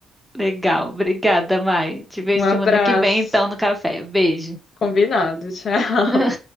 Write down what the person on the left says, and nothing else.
Um abraço.
Combinado, <laughs> tchau.